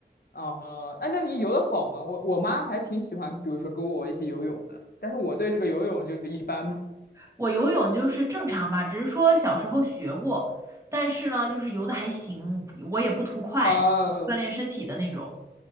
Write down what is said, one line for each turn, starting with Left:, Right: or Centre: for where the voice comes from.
Left: 哦，哎，那你游的好吗？我我妈还挺喜欢，比如说跟我一起游泳的，但是我对这个游泳就一般吧。
Right: 我游泳就是正常吧，只是说小时候学过，但是呢，就是游的还行，我也不图快，
Left: <laughs> 哦，
Right: 锻炼身体的那种。